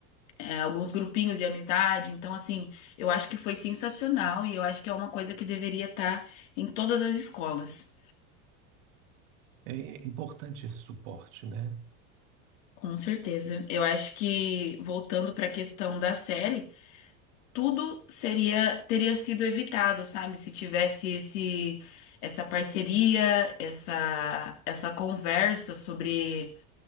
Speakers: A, on the left; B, on the right.
A: é, alguns grupinhos de amizade, então, assim, eu acho que foi sensacional e eu acho que é uma coisa que deveria estar em todas as escolas.
B: É importante esse suporte, né?
A: Com certeza. Eu acho que, voltando para a questão da série, tudo seria teria sido evitado, sabe? Se tivesse esse, essa parceria, essa, essa conversa sobre,